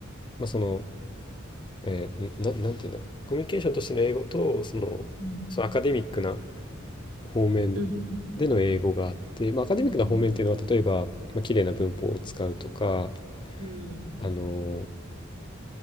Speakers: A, on the left (about 25°); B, on the right (about 80°).
A: まあその、えーな、なんていうんだろう。コミュニケーションとしての英語と、その、
B: うん。
A: そのアカデミックな方面
B: うん。うん。うん。
A: での英語があって、まあ、アカデミックな方面っていうのは例えば、
B: うん。
A: まあ綺麗な文法を使うとか、
B: うん。
A: あの